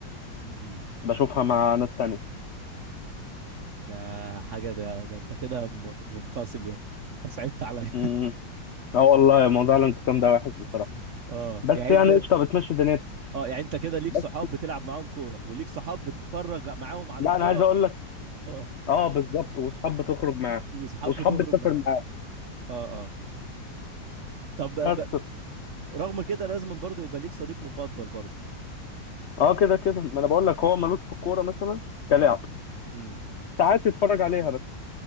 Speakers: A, on the right; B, on the left.
A: امم
B: بشوفها مع ناس تانية
A: ده حاجه ده ده انت كده م- منقسم يا ابني انت صعبت عليا
B: امم اه والله موضوع الانقسام ده وحش بصراحه
A: <laughs> اه
B: بس
A: يعني
B: يعني
A: انت
B: قشطه بتمشي دنيتي
A: اه يعني انت كده ليك
B: بس
A: صحاب بتلعب معاهم كوره وليك صحاب بتتفرج معاهم على
B: لا
A: الكوره
B: انا عايز اقول لك
A: اه
B: اه بالظبط واصحاب بتخرج معاهم
A: <laughs> وصحاب
B: واصحاب
A: بتخرج
B: بتسافر
A: معاهم
B: معاهم
A: اه اه طب ب...
B: بس
A: ب... رغم كده لازم برضه يبقى ليك صديق مفضل برضه
B: اه كده كده ما انا بقول لك هو ملوش في الكوره مثلا كلاعب
A: اه امم
B: ساعات يتفرج عليها بس